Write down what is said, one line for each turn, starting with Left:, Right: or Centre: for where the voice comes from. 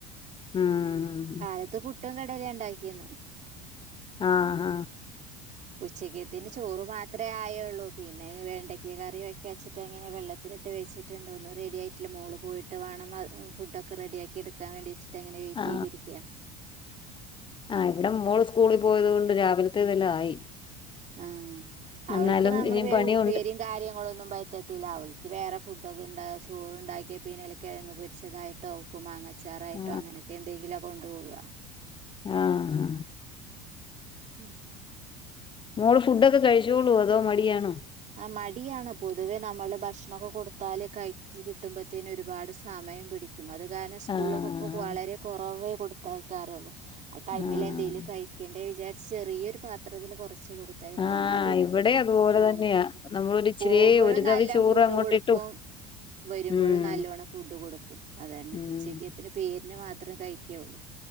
Left: ഉം
Right: കാലത്ത് പുട്ടും കടലിം ഉണ്ടാക്കീനെ
Left: ആഹ് ഹാ
Right: ഉച്ചക്കേത്തിന് ചോറ് മാത്രേ ആയൊള്ളൂ പിന്നെ വേണ്ടയ്ക്ക കറി വെക്ക വച്ചിട്ട് അങ്ങനെ വെള്ളത്തിലിട്ട് വെച്ചിട്ടുണ്ട്ന്നും റെഡിയയിട്ടില്ല മോള് പോയി ട്ട് വേണം ഫുഡക്കെ റെഡിയാക്കി എടുക്കൻേണ്ടി വിച്ചിട്ട് അങ്ങനെ വെയിറ്റ്്തിരിക്ക
Left: ആ ആഹ് ഇവിടെ മോൾ സ്കൂളിൽ പോയതോണ്ട് രാവിലത്തെതെല്ലാം ആയി
Right: ആഹ് അവൾക്ക്
Left: എന്നാലും
Right: നമ്മള്
Left: ഇനിയും
Right: പേര്
Left: പണിയുണ്ട്
Right: ഉപ്പേരി കാര്യങ്ങളൊന്നും പറ്റത്തില്ല അവൾക്ക് വേറെ ഫുഡൊക്കെണ്ട ചോറ് ഉണ്ടാക്കിയാ പിന്നെലെ കിഴങ്ങ് പൊരിച്ചതായി ട്ടോ ഉപ്പ് മാങ്ങച്ചാറായിട്ടോ
Left: ആ
Right: അങ്ങനെയൊക്കെ എന്തെങ്കിലും ആ കൊണ്ട്പോവ
Left: ആഹ്
Right: ഉം
Left: മോള് ഫുഡ്ക്കെ കഴിച്ചോളൂ അതോ മടിയണോ
Right: ആഹ് മടിയാണ് പൊതുവെ നമ്മള് ഭക്ഷണൊക്കെ കൊടുത്താൽ കഴിച്ചു കിട്ടുമ്പോത്തേന് ഒരുപാട് സമയം പിടിക്കും അത് കാരണം സ്കൂളലൊക്കെ
Left: ആ
Right: വളരെ കുറവേ കൊടുത്തയക്കാറൊള്ളൂ ആ ടൈമിൽ
Left: ആഹ്
Right: എന്തെങ്കിലും കഴിക്കേണ്ട വിചാരിച്ച് ചെറിയൊരു പാത്രത്തിന് കൊറച്ച് കൊടുക്ക യ്ത്ത വന്നാ
Left: ആഹ്
Right: പിന്നെ
Left: ഇവിടെ അതുപോലെ
Right: ആഹ്
Left: തന്നെയാ നമ്മളൊരു ഇച്ചിരി
Right: പോവുമ്പോഴും
Left: ഒരു
Right: നല്ലാം
Left: തവി ചോറ്
Right: ഫുഡ്
Left: അങ്ങോട്ടിട്ടു
Right: കൊടുക്കും വരുമ്പോഴും
Left: ഉം
Right: നല്ലോണം ഫുഡ് കൊടുക്കും അതന്നെ
Left: ഉം
Right: ഉച്ചക്ക്ത്തിന് പേരിനെ മാത്രമേ കഴിക്കെള്ളൂ